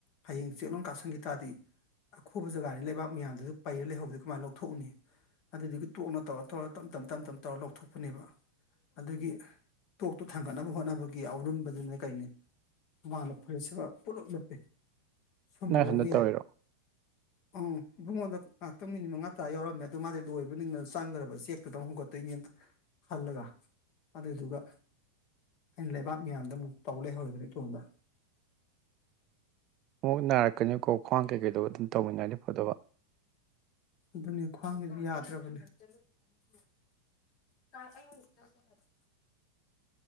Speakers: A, on the left; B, on the right.
A: ꯍꯌꯦꯡ ꯆꯦꯛꯂꯣꯟ ꯀꯥꯁꯤꯟꯈꯤ ꯇꯥꯔꯗꯤ ꯑꯈꯨꯕ ꯖꯒꯥꯅꯤ ꯂꯩꯕꯥꯛ ꯃꯌꯥꯝꯗꯨꯗ ꯄꯩꯔ ꯂꯩꯍꯧꯕꯗꯨ ꯀꯃꯥꯏꯅ ꯂꯧꯊꯣꯛꯎꯅꯤ ꯑꯗꯨꯗꯨꯒꯤ ꯇꯣꯛꯅ ꯇꯧꯔ ꯇꯧꯔ ꯇꯞ ꯇꯞ ꯇꯞ ꯇꯞ ꯇꯧꯔ ꯂꯧꯊꯣꯛꯄꯅꯦꯕ ꯑꯗꯨꯒꯤ ꯇꯣꯛꯇꯣ ꯊꯥꯡꯒꯠꯅꯕ ꯍꯣꯠꯅꯕꯒꯤ ꯑꯔꯨꯝꯕꯗꯨꯅꯦ ꯀꯩꯅꯦ ꯍꯨꯃꯥꯡꯅ ꯐꯨꯔꯤꯠꯁꯤꯃ ꯄꯨꯂꯞ ꯂꯨꯞꯄꯦ ꯁꯨꯕꯕꯧ
B: ꯅꯪ ꯅꯊꯟꯗ ꯇꯧꯔꯤꯔꯣ
A: ꯌꯥꯏ ꯑꯝ ꯏꯕꯨꯡꯉꯗ ꯉꯥꯏꯍꯥꯛꯇꯪ ꯃꯤꯅꯤꯠ ꯃꯉꯥ ꯇꯔꯥ ꯌꯥꯎꯔꯝꯃꯦ ꯑꯗꯨ ꯃꯥꯗꯤ ꯂꯣꯏꯔꯕꯣꯏ ꯅꯤꯡꯗꯅ ꯆꯪꯈ꯭ꯔꯕ ꯆꯦꯛꯇꯨꯗꯪ ꯍꯣꯟꯒꯠꯇꯣꯏ ꯅꯦꯅ ꯈꯜꯂꯒ ꯑꯗꯨꯗꯨꯒ ꯑꯩꯅ ꯂꯩꯕꯥꯛ ꯃꯌꯥꯝꯗꯨ ꯑꯃꯨꯛ ꯇꯧ ꯂꯩꯍꯧꯔꯦꯗꯅ ꯏꯇꯣꯝꯗ
B: <inaudible> ꯃꯨꯛ ꯅꯥꯔꯛꯀꯅꯤꯀꯣ ꯈ꯭ꯋꯥꯡ ꯀꯩꯀꯩꯗꯣ ꯑꯗꯨꯝ ꯇꯧꯃꯤꯟꯅꯔꯗꯤ ꯐꯗꯧꯕ
A: ꯑꯗꯨꯅꯤ ꯈ꯭ꯋꯥꯡꯁꯤꯁꯨ ꯌꯥ <unintelligible>